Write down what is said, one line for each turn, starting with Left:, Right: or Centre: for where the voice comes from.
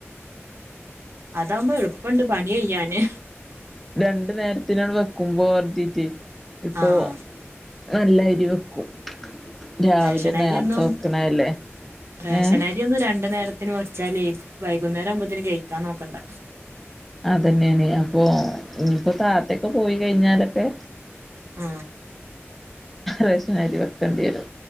Right: അതാവുമ്പോ എള്പ്പണ്ട് പണി കയ്യാന്
Centre: രണ്ടു നേരത്തിനാണ് വെക്കുമ്പോര് തീട്ടെ ഇപ്പൊ
Right: ആഹ്
Centre: നല്ലരി വെക്കും രാവിലെ
Right: റേഷനരി
Centre: നേർത്തെ
Right: ഒന്നും
Centre: വെക്കണല്ലേ
Right: റേഷനരി
Centre: ഏഹ്
Right: ഒന്നും രണ്ടു നേര ത്തിന്ന് വെച്ചാലെ വൈകുന്നേരവുമ്പോത്തിന് കയിക്കാൻ നോക്കണ്ട
Centre: അതന്നെണെ അപ്പൊ ഇഞ്പ്പോ താത്തൊക്കെ പോയി കയിഞ്ഞാലൊക്കെ
Right: ആ
Centre: റേഷൻ അരി വെക്കേണ്ട്യരും